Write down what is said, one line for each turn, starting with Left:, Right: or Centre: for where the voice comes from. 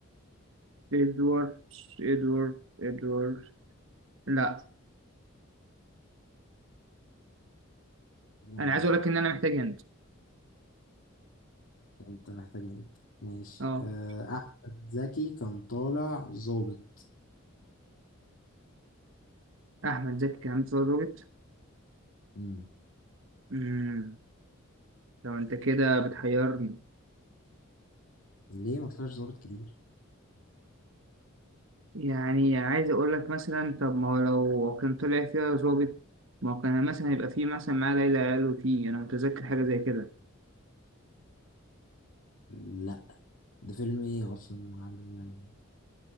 Right: ادوارد ادوارد ادوارد لا
Left: يا
Right: انا
Left: عم
Right: عايز اقول لك ان انا محتاج هند
Left: أنت محتاج أنت ماشي
Right: اه
Left: آه أحمد زكي كان طالع ظابط
Right: احمد زكي كان عامل فيلم
Left: امم
Right: امم طب انت كده بتحيرني
Left: ليه ما طلعش ظابط كتير؟
Right: يعني عايز اقول لك مثلا طب ما هو لو كان طلع فيها ظابط ما هو كان مثلا يبقى فيه مثلا معاه ليلى قالوا فيه انا متذكر حاجه زي كده
Left: لا ده فيلم إيه أصلا اللي معلم يعني